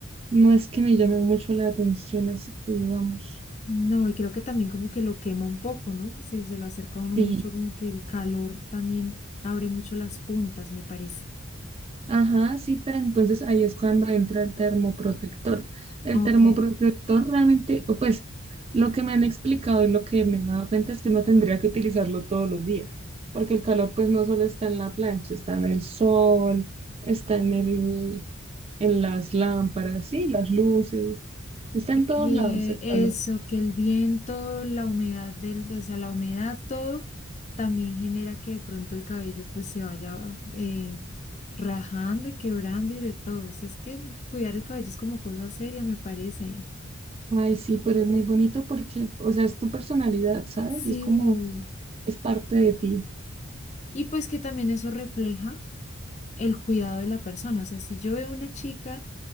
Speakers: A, on the right; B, on the left.
A: no es que me llame mucho la atención, así que digamos.
B: No, y creo que también como que lo quema un poco, ¿no? Si se lo acerca a uno
A: Sí.
B: mucho, como que el calor también abre mucho las puntas, me parece.
A: Ajá, sí, pero entonces ahí es cuando entra el termoprotector. El
B: Ok.
A: termoprotector realmente, o pues lo que me han explicado y lo que me he dado cuenta es que no tendría que utilizarlo todos los días, porque el calor pues no solo está en la plancha, está en el sol, está en el, en las lámparas, sí, las luces, está en todos
B: que
A: lados el
B: eso,
A: calor.
B: que el viento, la humedad del, o sea, la humedad, todo, también genera que de pronto el cabello pues se vaya eh, rajando y quebrando y de todo. O sea, es que cuidar el cabello es como cosa seria, me parece.
A: Ay, sí, pero es muy bonito porque, o sea, es tu personalidad, ¿sabes?
B: Sí.
A: Es como, es parte de ti.
B: Y pues que también eso refleja. el cuidado de la persona. O sea, si yo veo una chica